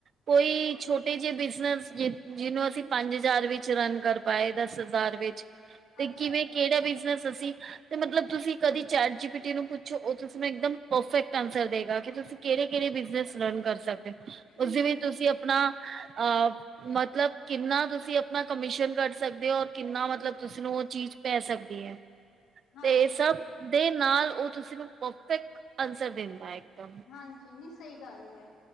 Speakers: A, on the right (about 40°); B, on the left (about 80°).
A: ਕੋਈ ਛੋਟੇ ਜਿਹੇ ਬਿਜਨਸ ਜਿਹਨੂੰ ਅਸੀਂ ਪੰਜ ਹਜ਼ਾਰ ਵਿੱਚ ਰਨ ਕਰ ਪਾਏ ਦਸ ਹਜ਼ਾਰ ਵਿੱਚ ਤੇ
B: ਅੱਛਾ
A: ਕਿਵੇਂ
B: ਅੱਛਾ
A: ਕਿਹੜਾ ਬਿਜਨਸ ਅਸੀਂ ਤੇ ਮਤਲਬ ਤੁਸੀਂ ਕਦੀ ਚੈਟ ਜੀ ਪੀ ਟੀ ਨੂੰ ਪੁੱਛੋ, ਉਹ ਤੁਸੀਂ ਮੈਂ ਇੱਕਦਮ ਪਰਫੈਕਟ ਆਨਸਰ ਦੇਗਾ ਕਿ ਤੁਸੀਂ ਕਿਹੜੇ ਕਿਹੜੇ ਬਿਜਨਸ ਰਨ ਕਰ ਸਕਦੇ ਹੋ,
B: ਹਮ
A: ਉਸ ਦੇ ਵਿੱਚ ਤੁਸੀਂ ਆਪਣਾ ਅਹ ਮਤਲਬ ਕਿੰਨਾ ਤੁਸੀਂ ਆਪਣਾ ਕਮਿਸ਼ਨ ਕੱਢ ਸਕਦੇ ਹੋ, ਔਰ ਕਿੰਨਾ ਮਤਲਬ ਤੁਸੀ ਨੂੰ ਉਹ ਚੀਜ਼ ਪੈ ਸਕਦੀ ਐ।
B: ਹਾਂਜੀ
A: ਤੇ ਸਭ ਦੇ ਨਾਲ ਉਹ ਤੁਸੀਂ ਨੂੰ ਪਰਫੈਕਟ ਆਨਸਰ ਦਿੰਦਾ ਏ ਇੱਕਦਮ।
B: ਹਾਂਜੀ ਨੀ ਸਹੀ ਗੱਲ ਏ,